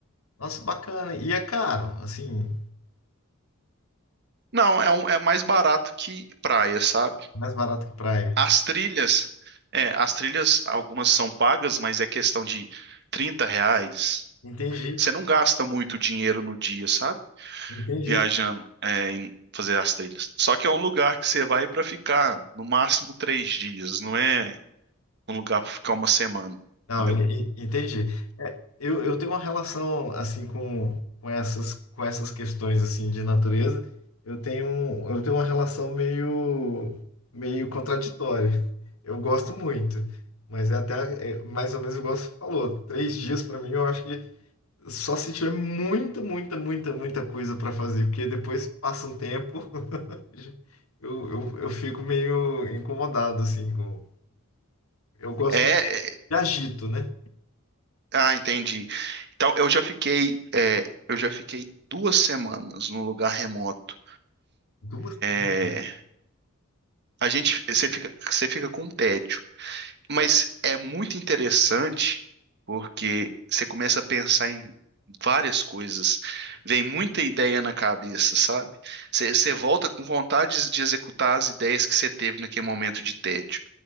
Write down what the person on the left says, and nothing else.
Nossa, bacana. E é caro, assim,
mais barato que praia.
Entendi.
Entendi.
Não,
e- e- entendi. Eu, eu tenho uma relação, assim, com, com essas, com essas questões, assim, de natureza. Eu tenho, eu tenho uma relação meio, meio contraditória. Eu gosto muito, mas é até, é, mais ou menos igual você falou, três dias para mim, eu acho que Só se tiver muita, muita, muita, muita coisa para fazer, porque depois passa um tempo, <laughs> eu, eu, eu fico meio incomodado, assim, com... Eu gosto
muito
de agito, né?
Duas semanas?